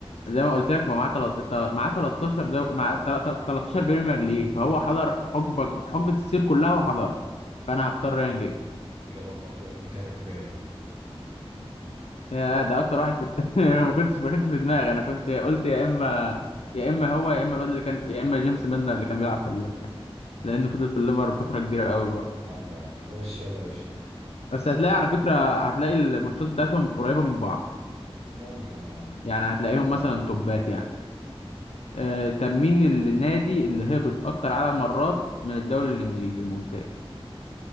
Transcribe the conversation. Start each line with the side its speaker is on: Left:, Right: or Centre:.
Left: زي ما قلت لك هو معاه تلت... تل- معاه 13 دو... مع تل- تل- 13 بريمير ليج فهو حضر حقبه حقبه السير كلها وحضرها فانا هختار رايان جيجز
Right: اجابه خاطئه جاريث باري
Left: يا ده اكتر واحد كنت <laughs> ما كنتش ما كنتش في دماغي انا كنت قلت يا اما يا اما هو يا اما الواد اللي كان يا اما جيمس ميلنر اللي كان بيلعب في الليفر لانه فضل في الليفر فتره كبيره قوي برضه
Right: اه فعلا خش يلا يا باشا
Left: بس هتلاقي على فكره هتلاقي الماتشات بتاعتهم قريبه من بعض
Right: ممكن اه
Left: يعني هتلاقيهم مثلا توبات يعني آه طب مين النادي اللي هبط اكتر عدد مرات من الدوري الانجليزي الممتاز